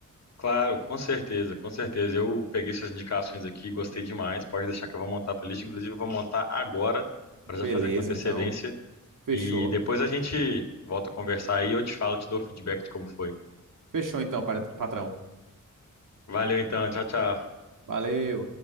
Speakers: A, on the left; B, on the right.
A: Claro, com certeza, com certeza. Eu peguei suas indicações aqui, gostei demais. Pode deixar que eu vou montar a playlist. Inclusive, eu vou montar agora,
B: Beleza,
A: para já fazer com antecedência.
B: então. Fechou.
A: E depois a gente volta a conversar aí, eu te falo, te dou o feedback de como foi.
B: Fechou então, pat- patrão.
A: Valeu então, tchau, tchau.
B: Valeu.